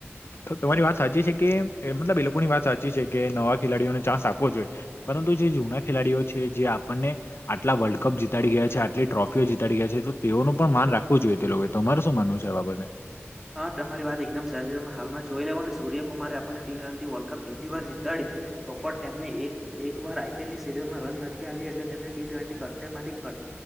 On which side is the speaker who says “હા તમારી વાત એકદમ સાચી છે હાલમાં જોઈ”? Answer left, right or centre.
Centre